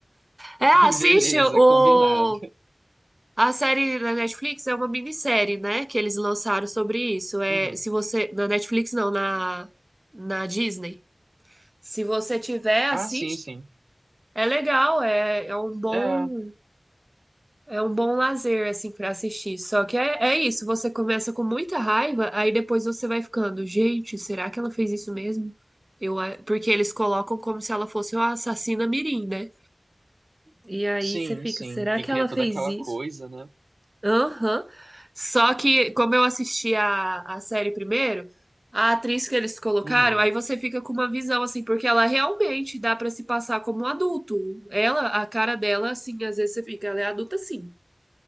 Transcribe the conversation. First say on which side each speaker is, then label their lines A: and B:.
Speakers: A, on the right; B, on the right.
A: É,
B: <laughs>
A: assiste
B: Beleza,
A: o
B: combinado.
A: a série da Netflix é uma minissérie, né, que eles lançaram sobre isso. É,
B: Uhum.
A: se você na Netflix não, na na Disney. Se você tiver,
B: Ah,
A: assiste.
B: sim, sim.
A: É legal, é, é um bom
B: É,
A: É um bom lazer, assim, pra assistir. Só que é, é isso, você começa com muita raiva, aí depois você vai ficando, gente, será que ela fez isso mesmo? Eu, a- porque eles colocam como se ela fosse uma assassina mirim, né? E aí
B: sim,
A: você fica,
B: sim.
A: será
B: E
A: que
B: cria
A: ela
B: toda
A: fez
B: aquela
A: isso?
B: coisa, né?
A: Aham. Só que, como eu assisti a, a série primeiro, a atriz que eles colocaram,
B: Uhum.
A: aí você fica com uma visão, assim, porque ela realmente dá pra se passar como um adulto. Ela, a cara dela, assim, às vezes você fica, ela é adulta, sim.